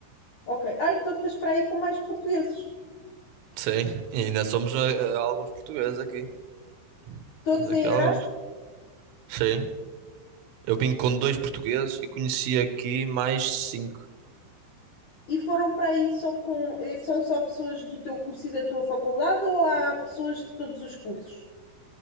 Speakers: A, on the left; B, on the right.
A: ok. Ah, então fez para aí com mais portugueses.
B: Sim, e ainda somos eh, eh, alguns portugueses aqui. Estamos
A: Todos em
B: aqui
A: Erasmus?
B: alguns. Sim, eu vim com dois portugueses e conheci aqui mais cinco.
A: E foram para aí só com. eh, São só pessoas do teu curso e da tua faculdade ou há pessoas de todos os cursos?